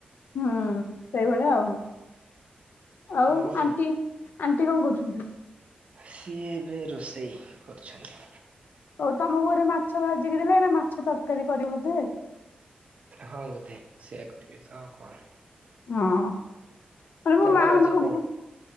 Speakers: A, on the left; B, on the right.
A: ହୁଁ ସେଇଭଳିଆ ଆଉ। ଆଉ
B: ହଉ
A: ଆଣ୍ଟି ଆଣ୍ଟି କଣ କରୁଚନ୍ତି?
B: ସିଏ ଏବେ ରୋଷେଇ କରୁଛନ୍ତି।
A: ଆଉ ତମକୁ ବୋଧେ ମାଛ ଭାଜିକି ଦେଲେ ଏଇନା ମାଛ ତରକାରୀ କରିବ ବୋଧେ?
B: ହଁ ବୋଧେ ସେୟଆ କରିବି ତ ଆଉ କଣ।
A: ହଁ ଏଇ
B: ତମର
A: ମୋ ମା ମାନଙ୍କୁ
B: ଆଜି କଣ?